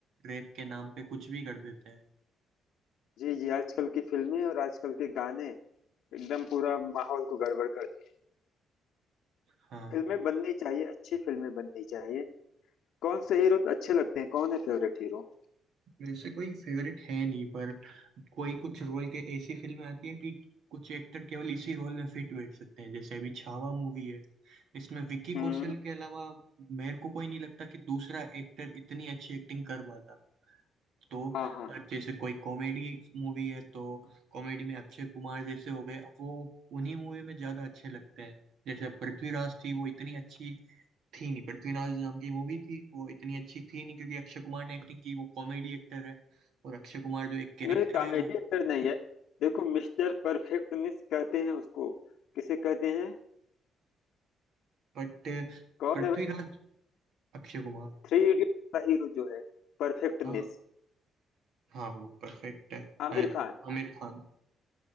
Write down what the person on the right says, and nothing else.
रैप के नाम पे कुछ भी कर देते हैं
हाँ
वैसे कोई फेवरेट है नहीं पर कोई कुछ रोल के ऐसी फिल्में आती है कि कुछ एक्टर केवल इसी रोल में फिट बैठ सकते हैं जैसे अभी छावा मूवी है इसमें विक्की
कौशल के अलावा मेरे को कोई नहीं लगता कि दूसरा एक्टर इतनी अच्छी एक्टिंग कर पाता तो
अब जैसे कोई कॉमेडी मूवी है तो कॉमेडी में अक्षय कुमार जैसे हो गए अब वो उन्हीं मूवी में ज्यादा अच्छे लगते हैं जैसे अब पृथ्वीराज थी वो इतनी अच्छी थी नहीं पृथ्वीनाज नाम की मूवी थी वो इतनी अच्छी थी नहीं क्योंकि अक्षय कुमार ने एक्टिंग की वो कॉमेडी एक्टर है और अक्षय कुमार जो एक कैरेक्टर
है वो
बट
पृथ्वीराज
अक्षय कुमार
हाँ हाँ वो परफेक्ट है
अ-
आमिर खान